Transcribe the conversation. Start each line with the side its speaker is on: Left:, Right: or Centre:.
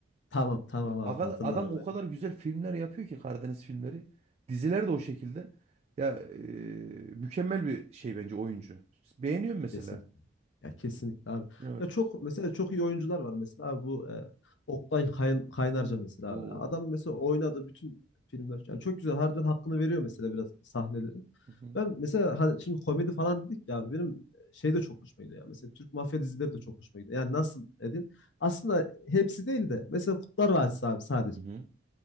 Left: Tamam tamam
Right: Ya
Left: abi
Right: aga-
Left: hatırladım
Right: Adam o
Left: yani.
Right: kadar güzel filmler yapıyor ki Karadeniz filmleri. Diziler de o şekilde. Ya e, mükemmel bir şey bence oyuncu. Beğeniyorum mesela.
Left: Kesin. Ya kesinlikle abi.
Right: Evet.
Left: Ya çok mesela çok iyi oyuncular var mesela abi bu e, Oktay Kay- Kaynarca mesela
Right: Oo.
Left: abi. Adam mesela oynadı bütün filmler. Yani çok güzel harbiden hakkını veriyor mesela biraz sahnelerin.
Right: Mhm.
Left: Ben mesela hani şimdi komedi falan dedik ya benim e, şey de çok hoşuma gidiyor. ya. Mesela Türk mafya dizileri de çok hoşuma gidiyor. Yani nasıl dedim? Aslında hepsi değil de mesela Kurtlar Vadisi abi sadece.
Right: Hı hı. hı.